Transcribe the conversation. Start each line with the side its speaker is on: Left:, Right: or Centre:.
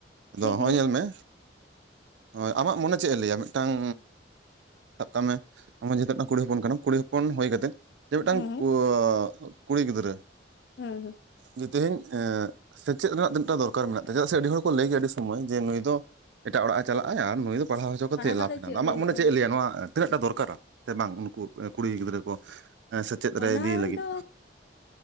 Right: ᱟᱫᱚ
Left: ᱴᱷᱤᱠ
Right: ᱱᱚᱜᱼᱚᱭ
Left: ᱜᱮᱭᱟ
Right: ᱧᱮᱞ ᱢᱮᱼᱼ ᱦᱳᱭ ᱟᱢᱟᱜ ᱢᱚᱱᱮ ᱪᱮᱫ ᱮ ᱞᱟᱹᱭᱟ? ᱢᱤᱫᱴᱟᱝᱼᱼ ᱥᱟᱵ ᱠᱟᱜ ᱢᱮ ᱟᱢ ᱦᱚ ᱡᱮᱦᱩᱛᱩ ᱢᱤᱫᱴᱟᱝ ᱠᱩᱲᱤ ᱦᱚᱯᱚᱱ ᱠᱟᱱᱟᱢ ᱠᱩᱲᱤᱼᱼ ᱦᱚᱯᱚᱱ ᱦᱩᱭ ᱠᱟᱛᱮᱫ ᱡᱮ ᱢᱤᱫᱴᱟᱝ
Left: ᱦᱩᱸ
Right: ᱠᱻ ᱠᱩᱲᱤ ᱜᱤᱫᱽᱨᱟᱹ
Left: ᱦᱳᱭ
Right: ᱡᱮ ᱛᱮᱦᱮᱧ ᱥᱮᱪᱮᱫ ᱨᱮᱱᱟᱜ ᱛᱤᱱᱟᱹᱜᱴᱟ ᱫᱚᱨᱠᱟᱨ ᱢᱮᱱᱟᱜ ᱛᱟᱭᱟ ᱪᱮᱫᱟᱜ ᱥᱮ ᱟᱹᱰᱤ ᱦᱚᱲ ᱠᱚ ᱞᱟᱹᱭ ᱜᱮᱭᱟ ᱟᱹᱰᱤ ᱥᱚᱢᱚᱭ ᱡᱮ ᱱᱩᱭ ᱫᱚ, ᱮᱴᱟᱜ ᱚᱲᱟᱜ ᱮ ᱪᱟᱞᱟᱜᱼᱟ ᱟᱨ ᱱᱩᱭ ᱫᱚ ᱯᱟᱲᱦᱟᱣ ᱦᱚᱪᱚ ᱠᱟᱛᱮᱫ
Left: ᱠᱟᱛᱮᱜ
Right: ᱞᱟᱵᱷ ᱦᱮᱱᱟᱜ
Left: ᱪᱮᱫ
Right: ᱟᱢᱟᱜ
Left: ᱦᱩᱭᱩᱜᱼᱟ
Right: ᱢᱚᱱᱮ ᱪᱮᱫ ᱞᱟᱹᱭᱟ ᱱᱚᱣᱟ ᱛᱤᱱᱟᱹᱜ ᱴᱟ ᱫᱚᱨᱠᱟᱨᱟ ᱥᱮ ᱵᱟᱝ ᱩᱱᱠᱩᱼᱼ ᱠᱩᱲᱤ ᱜᱤᱫᱽᱨᱟᱹ ᱠᱚ ᱥᱮᱪᱮᱫ ᱨᱮ
Left: ᱚᱱᱟ
Right: ᱤᱫᱤ ᱞᱟᱹᱜᱤᱫ
Left: ᱫᱚ